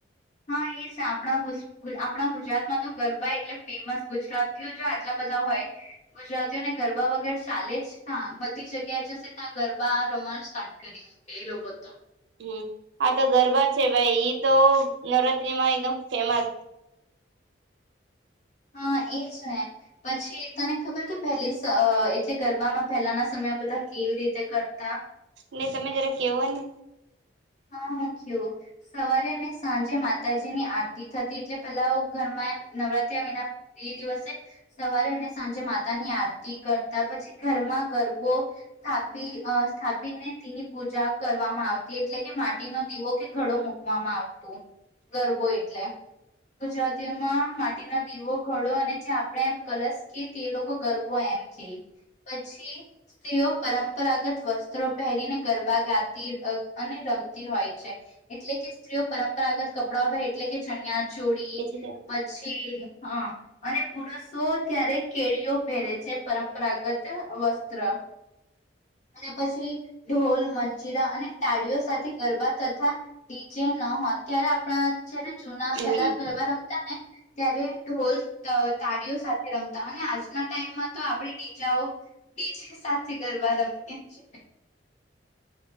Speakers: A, on the left; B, on the right.
A: હા એ છે આપણા આપણા ગુજરાતમાં તો ગરબા એટલે ફેમસ ગુજરાત જો આટલા બધા હોય, ગુજરાતીઓને ગરબા વગર ચાલે જ બધી જગ્યા જશે ત્યાં ગરબા રમાણ સ કર્યો હતો એ લોકોએ તો.
B: હમ હા તો ગરબા છે ભાઈ ઈ તો નવરાત્ર્રીમાં એકદમ ફેમસ.
A: હા એજ ને, પછી તને ખબર કે પહેલી એટલે ગરબામાં પહેલાના સમય બધા કેવી રીતે કરતા.
B: ને તમે જરા કેવો ને.
A: હા હું ક સવારે અને સાંજે માતાજીની આરતી થતી એટલે પેલા ઘરમાં નવરાત્ર વિના દિવસે, સવારે ને સાંજે માતાની આરતી કરતા પછી ઘરમાં ગરબો સ્થાપી સ્થાપીને ની પૂજા કરવામાં આવતી એટલે કે માટી ન દીવો કે ઘડો મૂકવામાં આવતો ગરબો એટલે ગુજરાતીમાં માટી નો દીવો ઘડો અને જે આપણે એમ કલશ કે તે લોકો ગરબો એમ કે પછી તેઓ પરંપરાગત વસ્ત્રો પહેરીને ગરબા ગાતી અને રમતી હોય છે એટલે કે સ્ત્રીઓ પરંપરાગત કપડા એટલે કે ચણિયા ચોડી
B: પછી કે
A: પછી હા અને પુરુષો ત્યારે કેળઓ પહેરે છે પરંપરાગત વસ્તુ ત્ર અને પછી ઢોલ મંજીરા અને તાળીઓ સાથે ગરબા ડીજે ન હોત ત્યારે આપણા જયારે જૂના
B: હમ
A: પેલા ગરબા રમતા ને ત્યારે ઢોલ ત તાળીઓ સાથે રમતા અને આજના ટાઈમમાં તો આપણે ડી જા ઓ બીજજી સાથે ગરબા રમે તેજ છે કે